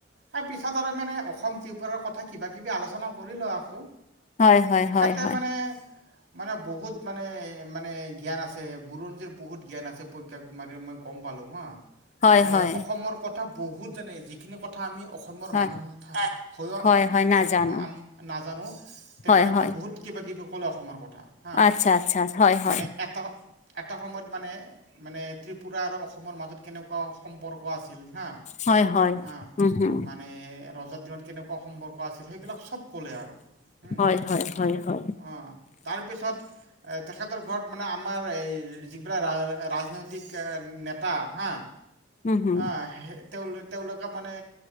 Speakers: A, on the right (about 70°); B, on the left (about 40°).
A: আৰু পিছত আৰু মানে অসম ত্ৰিপুৰাৰ কথা কিবা কিবি আলোচনা কৰিলোঁ আকৌ।
B: হয় হয় হয়।
A: তে
B: হয়
A: মানে মানে বহুত মানে মানে জ্ঞান আছে বুৰঞ্জীৰ বহুত জ্ঞান আছে প্ৰজ্ঞা কুমাৰীৰ মই গম পা পালো হা।
B: হয়
A: মানে
B: হয়
A: অসমৰ কথা বহুত জানে। যিখিনি কথা আমি অসমৰ
B: হয়
A: মানুহ হৈও
B: হয় হয়
A: অসম
B: নাজানো
A: আম নাজানো, তেখেতে
B: হয়
A: মানে
B: হয়
A: বহুত <unintelligible> ক'লে অসমৰ কথা হা
B: আচ্ছা আচ্ছা হয় হয়
A: মানে এটা এটা সময়ত মানে মানে ত্ৰিপুৰা আৰু অসমৰ মাজত কেনেকুৱা সম্পৰ্ক আছিল। হা।
B: হয় হয়,
A: আহ
B: উম। হম
A: মানে ৰজাৰ দিনত কেনেকুৱা সম্পৰ্ক আছিল সেইবিলাক চব ক'লে আৰু হম।
B: হয় হয় হয় হয়
A: অ' তাৰ পিছত তেখেতৰ ঘৰত মানে আমাৰ এই যিবিলাক ৰা - ৰাজনৈতিক কে - নেতা হা।
B: উম হম
A: আ তেওঁলোক তেওঁলোকে মানে